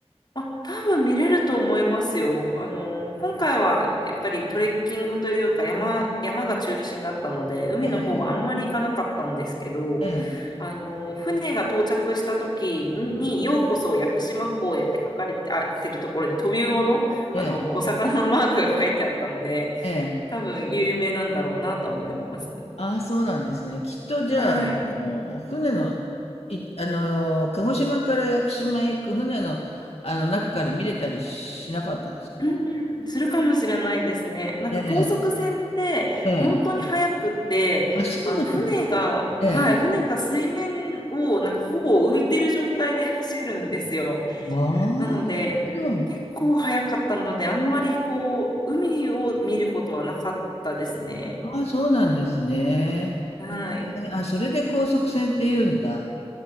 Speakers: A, on the left; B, on the left.
A: あ、多分見れると思いますよ。あの、今回はやっぱりトレッキングというか山、山が中心だったので、海の方はあんまり行かなかったんですけど、
B: ええ、ええ、
A: あの、船が到着した時に、ようこそ屋久島港へって書かれて、あ、てるところにトビウオの、
B: ええ、
A: あの、お魚のマークが書いてあったので、
B: ええ。
A: 多分有名なんだろうなとは思います。
B: ああ、そうなんですね。きっとじゃあ、
A: はい。
B: あの船の、い、あの、鹿児島から屋久島へ行く船の、あの中から見れたりしなかったんですか
A: うんうんするかもしれないですね。なんか高速船って本当に速くって、
B: ええ、ええ。あ、そうなんだ。
A: あの船が、
B: ええ。
A: はい、船が水面をなんかほぼ浮いてる状態で走るんですよ。
B: ああ、
A: なので、
B: なるほど。
A: 結構速かったので、あんまりこう、海を見ることはなかったですね。
B: ああ、そうなんですね。
A: はい。
B: えあ、それで高速船って言うんだ。